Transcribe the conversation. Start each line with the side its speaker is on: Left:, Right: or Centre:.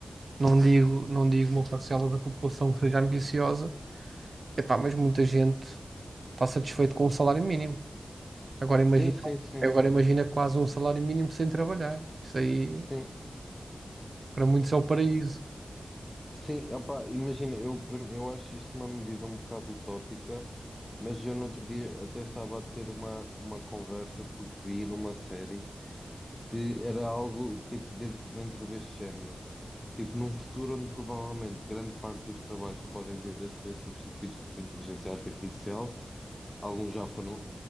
Right: Não digo, não digo uma parcela da população que seja ambiciosa, e pá, mas muita gente está satisfeito com o salário mínimo. Agora imagina,
Left: sim, sim, sim,
Right: agora
Left: sim, sim,
Right: imagina quase um salário mínimo sem trabalhar. Isso aí,
Left: sim,
Right: para muitos, é o paraíso.
Left: sim, opá, imagina, eu, para mim- eu acho isto uma medida um bocado utópica, mas eu no outro dia até estava a ter uma, uma conversa porque vi numa série que era algo tipo de- dentro deste género, tipo num futuro onde provavelmente grande parte dos trabalhos podem vir a ser substituídos por inteligência artificial, Alguns já foram,